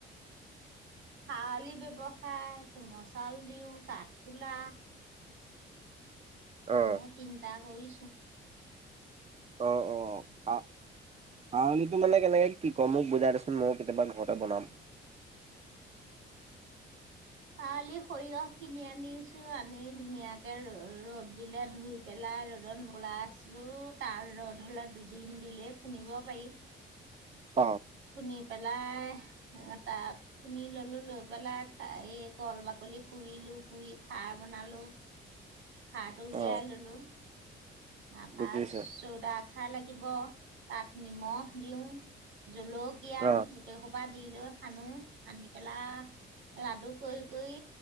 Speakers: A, on the right (about 75°); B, on the right (about 30°).
A: খাৱলি ব্যৱসায়, কোমল চাউল দিওঁ, কাঠ কোলা
B: অ',
A: ম চিনন্তা কৰি উ <unintelligible>
B: আহ অ ক পাৱলিটো মানে কেনেকে কি কয় মোক বুজাই দেচোন ময়ো কেতিয়াবা ঘৰতে বনাম?
A: পৱলি সৰিয়হ কিনি আনিছোঁ, আনি ধুনীয়াকে ৰ ৰ'দ দিলে ধুই পেলাই ৰ'দত মলাই আছো তাৰ ৰ'দ হ'লে দুদিন দিলেই খুন্দিব পাৰি।
B: অ।
A: খুন্দি পেলাই এটা খুন্দি ললোঁ লৈ পেলাই এই কল বাকলি পুৰিলো পুৰি খাৰ বনালোঁ সাৰটো উলিয়াই
B: অ
A: ললো, তাৰপা
B: বুজিছো
A: চৌদা আখাৰ লাগিব তাত নিমখ দিওঁ। জলকীয়া
B: অ',
A: গোটেই দি লৈ সানো সানি পেলাই লাডু কৰি কৰি